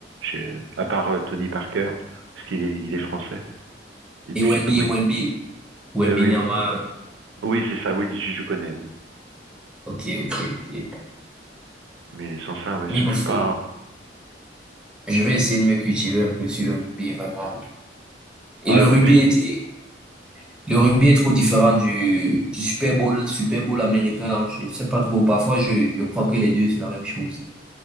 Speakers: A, on the right; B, in the centre.
A: j'ai à part euh, Tony Parker parce qu'il est il est français. Et
B: Et
A: puis
B: Wemby,
A: comment
B: et
A: il...
B: Wemby, Wembanyama,
A: eh oui, n- Oui. oui c'est ça, oui je, je connais. Oui.
B: ok, ok, ok.
A: Mais sans ça, ouais, je
B: Oui, me
A: je suis
B: faut.
A: pas.
B: Je vais essayer de me cultiver un peu sur le rugby, vraiment. Et
A: Ah
B: le
A: le
B: rugby
A: rugby,
B: est,
A: c'est-
B: le rugby est trop différent du, du Super Bowl, Super Bowl américain, là. Je sais pas trop. Parfois, je, je crois que les deux, c'est la même chose.